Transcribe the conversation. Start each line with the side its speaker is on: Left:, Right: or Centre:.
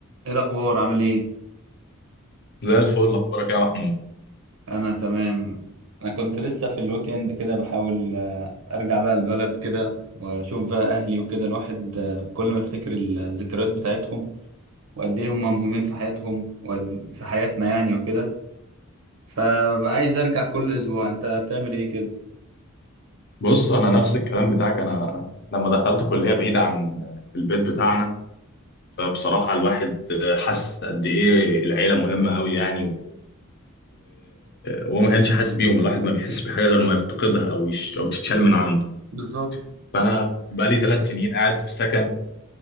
Right: ايه الاخبار عامل ايه
Left: زي الفل اخبارك إيه يا محمود
Right: انا تمام انا كنت لسه في الويك اند كده بحاول آه، ارجع بقى البلد كده واشوف بقى اهلي وكده الواحد آه، كل ما يفتكر الذكريات بتاعتهم وقد ايه هم مهمين في حياتهم وفي حياتنا يعني وكده فببقى عايز ارجع كل اسبوع انت بتعمل ايه كده
Left: بص انا نفس الكلام بتاعك انا لما دخلت كليه بعيده عن البيت بتاعنا فبصراحه الواحد حس قد ايه العيله مهمه قوي يعني و... وهو ما كانش حاسس بيهم الواحد ما بيحس بحاجه غير ما يفتقدها او يش... او تتشال من عنده
Right: بالظبط
Left: فانا بقالي ثلاث سنين قاعد في سكن